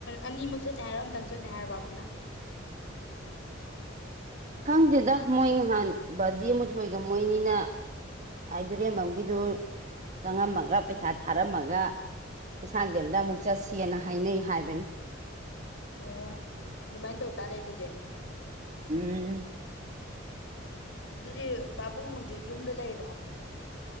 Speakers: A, on the left; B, on the right.
A: ꯑꯅꯤꯃꯛ ꯆꯠꯅꯤ ꯍꯥꯏꯔꯣ ꯑꯝꯇꯪ ꯆ ꯆꯠꯅ ꯍꯥꯏꯔꯕ ꯑꯃꯨꯛꯅ
B: ꯈꯪꯗꯦꯗ ꯃꯣꯏ ꯅꯍꯥꯟ ꯕꯥꯖꯤ ꯃꯥꯊꯣꯏꯒ ꯃꯣꯏꯅꯤꯅ ꯌꯨꯔꯦꯝꯕꯝꯒꯤꯗꯨ ꯆꯪꯉꯝꯃꯒ ꯄꯩꯁꯥ ꯊꯥꯔꯝꯃꯒ ꯀꯩꯁꯥꯡꯗꯦꯝꯦꯝꯗ ꯑꯃꯨꯛ ꯆꯠꯁꯤꯦꯅ ꯍꯥꯏꯅꯩ ꯍꯥꯏꯕꯅꯤ
A: ꯑꯣ ꯑꯗꯨꯃꯥꯏꯅ ꯇꯧꯇꯥꯥꯔꯦ ꯑꯗꯨꯗꯤ
B: ꯎꯝ
A: ꯑꯗꯨꯗꯤ ꯄꯥꯕꯨꯡ ꯍꯧꯖꯤꯛ ꯌꯨꯝꯗ ꯂꯩꯔꯣ